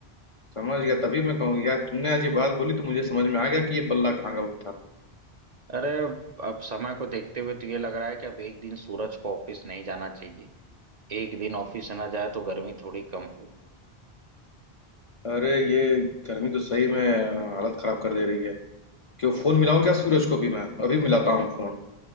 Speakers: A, on the left (about 50°); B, on the right (about 50°).
A: समझ गया तभी मैं कहूँ यार तुमने आज ये बात बोली तो मुझे समझ में आ गया कि ये बल्ला कहाँ का था
B: अरे अब समय को देखते हुए तो ये लग रहा है कि अब एक दिन सूरज को ऑफिस नहीं जाना चाहिए एक दिन ऑफिस ना जाए तो गर्मी थोड़ी कम हो
A: अरे ये गर्मी तो सही में हालत खराब कर दे रही है क्यों फोन मिलाऊं क्या सूरज को भी मैं अभी मिलाता हूँ फोन